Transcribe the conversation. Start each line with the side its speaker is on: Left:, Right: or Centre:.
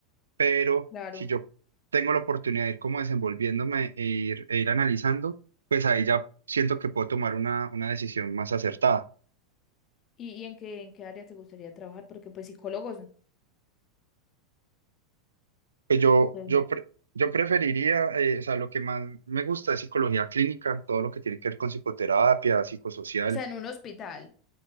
Right: pero
Left: claro.
Right: si yo tengo la oportunidad de ir como desenvolviéndome e ir, e ir analizando, pues ahí ya siento que puedo tomar una, una decisión más acertada.
Left: ¿Y, y en qué, en qué área te gustaría trabajar? Porque pues psicólogos,
Right: Pues yo,
Left: pues,
Right: yo, pre- yo preferiría, eh, o sea, lo que más me gusta es psicología clínica, todo lo que tiene que ver con psicoterapia, psicosocial,
Left: o sea, en un hospital,